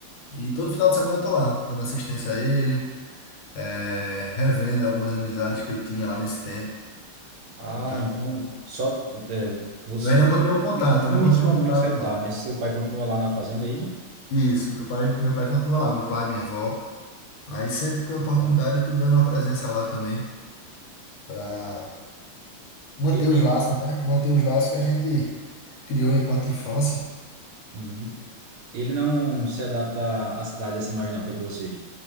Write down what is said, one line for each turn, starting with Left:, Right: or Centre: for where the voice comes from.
Left: E todo final de semana eu tô lá, dando assistência a ele, eh, revendo algumas amizades que eu tinha lá nesse tempo.
Right: Ah,
Left: Então,
Right: então só tu- é, você,
Left: eu ainda mantenho
Right: seu
Left: contato,
Right: irmão
Left: eu ainda
Right: e
Left: mantenho
Right: sua
Left: contato
Right: mãe que saiu
Left: lá.
Right: lá, mas seu pai continua lá na fazenda, é isso?
Left: Isso, meu pai, meu pai continua lá, meu pai, minha avó. Aí sempre que tem oportunidade,
Right: Não.
Left: eu tô dando uma presença lá também, para manter
Right: Ele,
Left: os laços, né? Manter os laços que a gente criou enquanto infância.
Right: Uhum. Ele não se adapta à cidade assim mais não, perto de vocês.